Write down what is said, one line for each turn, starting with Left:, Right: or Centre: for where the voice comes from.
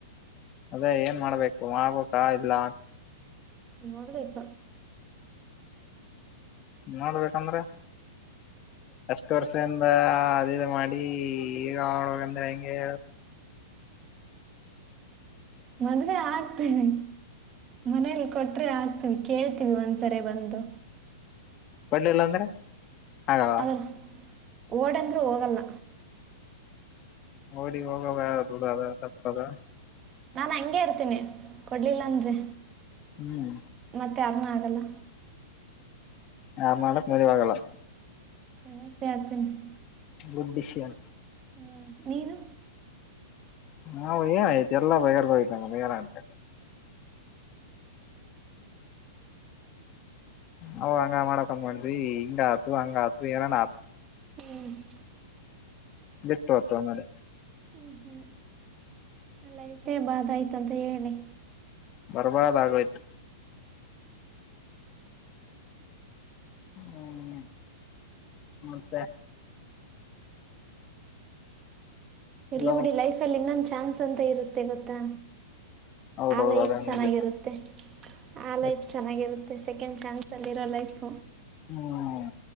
Left: ಅದೇ ಏನ್ ಮಾಡ್ಬೇಕು ಮಾಡಬೇಕಾಗಿಲ್ಲ
Right: ನೋಡು ಬಯಪ
Left: ನೋಡ್ಬೇಕಂದ್ರೆ ಎಷ್ಟ ವರ್ಷದಿಂದ ಅದ ಮಾಡ ಈ ಹೇಳಬೇಕಂದ್ರೆ ಹೆಂಗೆ
Right: ಮದುವೆಆಗ್ತೇವಿ ಮನೇಲಿ ಕೊಟ್ರೆ ಆಗ್ತವಿ ಕೇಳ್ತೀವಿ ಒಂದ್ಸರಿ ಬಂದು
Left: ಬರ್ಲಿಲ್ಲ ಅಂದ್ರೆ ಆಗಲ್ಲ
Right: ಅದ ಓಡೆಂದ್ರೂ ಹೋಗಲ್ಲ
Left: ಓಡಿ ಹೋಗ ಯಾರದುಡದ ತಪ್ಪದ
Right: ನಾನ್ ಹಂಗೆ ಇರ್ತೇನೆ ಕೊಡ್ಲಿಲ್ಲ ಅಂದ್ರೆ
Left: ಹ್ಮ್
Right: ಮತ್ತೆ ಯಾರ್ನು ಆಗಲ್ಲ
Left: ಯಾರ ಮಾಡಕ್ ಮದಿವಿವಾಗಲ್ಲ
Right: ಸನ್ನ ಸ ಅತನ <inaudible>
Left: ಗಂಡಿಸಿಯನ್
Right: ಹ್ಮ್ ನೀನು
Left: ನಾವು ಏನ್ ಆಯ್ತ ಎಲ್ಲ ಬಗ್ಗೆ ಯಾರದು ಹೋಗೈತಿ ಏನ್ ಬೇರಯ ನಾವು ಹಂಗ ಮಾಡಕಂದ್ ಮಾಡಿದ್ವಿ ಹಿಂಗ ಆತು ಹಂಗ ಆತು ಏನನ್ ಆತು
Right: ಹ್ಮ್
Left: ಬಿಟ್ಟು ಅತ್ತು ಆಮೇಲೆ
Right: ಹ್ಞೂ ಹ್ಞೂ ನ ಲೈಫೇ ಬಾಧ ಆಯತುಂತ ಹೇಳಿ
Left: ಬರ್ಬಾರ್ದ ಆಗ ಆಯ್ತು ಹ್ಮ್ ಮತ್ತೆ
Right: ಇರ್ಲಿ
Left: ಹಲೋ
Right: ಬಿಡಿ ಲೈಫ ಅಲ್ಲಿ ಇನ್ನೊಂದು ಚಾನ್ಸ್ ಅಂತ ಇರುತ್ತೆ ಗೊತ್ತಾ
Left: ಹೌದೌದು
Right: ಆ ಲೈಫ್
Left: ಅದ
Right: ಚೆನ್ನಾಗಿರುತ್ತೆ
Left: ನಿಜ
Right: ಆ ಲೈಫ್
Left: ಎಸ್
Right: ಚೆನ್ನಾಗಿರುತ್ತೆ ಸೆಕೆಂಡ್ ಚಾನ್ಸ್ ಅಲ್ಲಿ ಇರೋ ಲೈಫ್
Left: ಹ್ಮ್